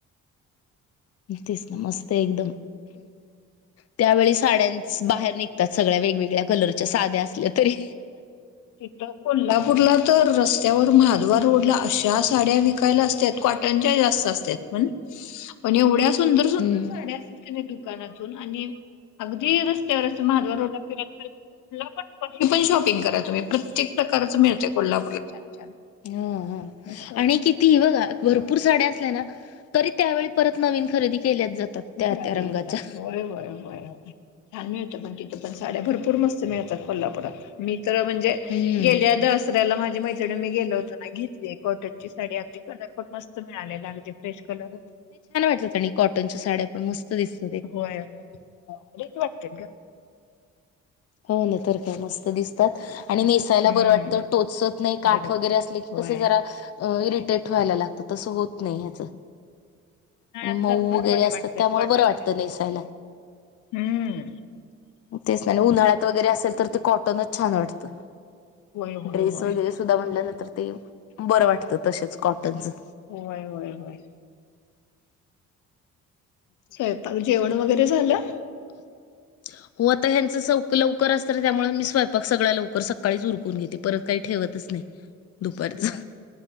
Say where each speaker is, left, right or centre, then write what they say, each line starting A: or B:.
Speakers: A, on the left (about 55°); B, on the left (about 80°).
A: तसत मस्त एकदम. त्यावेळी साड्यांस बाहेर निघतात सगळ्या वेगवेगळ्या कलरच्या साध्या असल्या तरी.
B: इथ कोल्हापूरला तर रस्त्यावर महादवा रोडला अशा साड्या विकायला असतात क. कॉटनच्या जास्त असतात पण.
A: <unintelligible>
B: पण एवढ्या सुंदर
A: हम्म
B: सुंदर साड्या असतात क. दुनातून आणि अगदी रस्त्यावर अस महादवा रोड फिरातय कुठला पण कशी पण शॉपिंग करा तुम्ही प्रत्येक प्रकारच मिळते कोल्हापूरला छान छान.
A: हा ह
B: मस्त वाटतं
A: आणि किती बघा भरपूर साड्या असल्या ना तरी त्यावेळी परत नवीन खरेदी केल्या जातात. त्या
B: घ्यावीच
A: त्या रंगाच्या
B: लागते होय होय होय होय. छान मिळतं पण तिथे पण साड्या भरपूर मस्त मिळतात कोल्हापुरात मी तर म्हणजे.
A: हम्म
B: गेल्या दसऱ्याला माझ्या मैत्रिणी मी गेलो होत ना घेतली कॉटन ची साडी अगदी कलर पण मस्त. मिळाले लागते फ्रेश कलर.
A: त्याच्यात आणि कॉटन. च्या साड्या पण मस्त दिसत.
B: होय एकच वाटते ग.
A: हो ना तर का मस्त दिसत. आणि नेसायला
B: हम्म
A: बरं वाटतं टोचत नाही काठ
B: बरोबर
A: वगैरे असले की
B: होय
A: कस जरा इरिटेट व्हायला लागतं तसं होत नाही ह्याचं
B: उन्हाळ्यात
A: आणि मऊ
B: तर फार
A: वगैरे
B: बऱ्या
A: असतात
B: वाटतात
A: त्यामुळ
B: कॉटनच्या.
A: बरं वाटतं नेसायला.
B: हम्म
A: तेच ना उन्हाळ्यात वगैरे असेल तर ते कॉटनच छान वाटतं.
B: होय होय
A: ड्रेस
B: होय.
A: वगैरे सुद्धा म्हटल्यानंतर ते बरं वाटतं तसेच कॉटनच
B: होय होय होय. स्वयंपाक जेवण वगैरे झालं?
A: ब <inaudible> हो आता ह्यांच सव लवकर असत त्यामुळे मी स्वयंपाक सगळ्या लवकर सकाळीच उरकून घेते परत काही ठेवतच नाही. दुपारच
B: होय